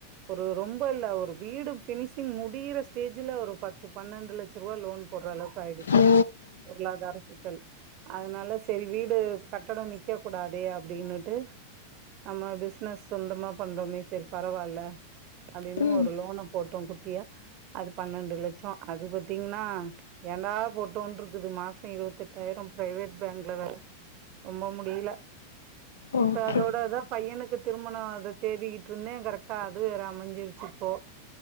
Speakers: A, on the right; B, on the left.
A: ஒரு ரொம்ப இல்ல ஒரு வீடு பினிஷிங் முடியிற ஸ்டேஜ்ல ஒரு பத்து பன்னெண்டு லட்சம் ரூபாய் லோன் போடுற அளவுக்கு ஆயிடுச்சு
B: ஓ
A: பொருளாதார சிக்கல் அதனால செரி வீடு கட்டடம் நிக்க கூடாதே அப்படின்னுட்டு நம்ம பிசினஸ் சொந்தமா பண்றோமே செரி பரவால்ல அப்படின்னு
B: ம்
A: ஒரு லோனை போட்டோம் குட்டியா அது பன்னெண்டு லட்சம் அது பாத்தீங்கன்னா ஏன்டா போட்டோனு இருக்குது மாசம் இருபத் எட்டாயிரம் பிரைவேட் பேங்க்ல வேற ரொம்ப முடியல
B: ஓகே
A: இப்போ அதோட அதா பையனுக்கு திருமணம் அத தேடிகிட்டு இருந்தேன் கரெக்ட்டா அதுவே வேற அமைஞ்சிருச்சு இப்போ